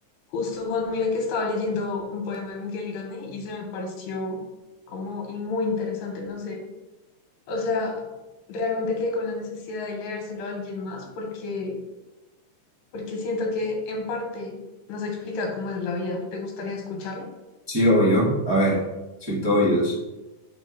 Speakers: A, on the left; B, on the right.
A: Justo, Juan, mira que estaba leyendo un poema de Miguel Grande y se me pareció como y muy interesante, no sé. O sea, realmente quedé con la necesidad de leérselo a alguien más porque, porque siento que en parte nos explica cómo es la vida. ¿Te gustaría escucharlo?
B: Sí, obvio. A ver, soy todo oídos.